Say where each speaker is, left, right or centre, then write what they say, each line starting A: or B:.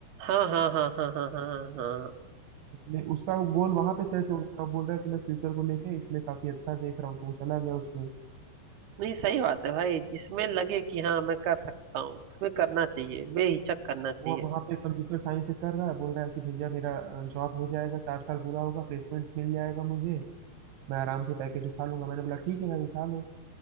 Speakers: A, on the right (about 70°); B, on the right (about 80°).
A: हाँ हाँ हाँ हाँ हाँ हाँ हाँ हाँ, हाँ।
B: उसमें उसका गोल वहां पे सेट हो गया वो बोल रहा है कि मैं फ्यूचर को लेके इसमें काफी अच्छा देख रहा हूँ तो वो चला गया उसमें
A: नहीं सही बात है भाई जिसमें लगे कि हाँ मैं कर सकता हूँ उसमें करना चाहिए बेहिचक करना चाहिए
B: वो अब वहां पे कंप्यूटर साइंस से कर रहा है बोल रहा है कि भैया मेरा जॉब हो जाएगा चार साल पूरा होगा प्लेसमेंट मिल जाएगा मुझे मैं आराम से पैकेज उठा लूंगा मैंने बोला ठीक है भाई उठा लो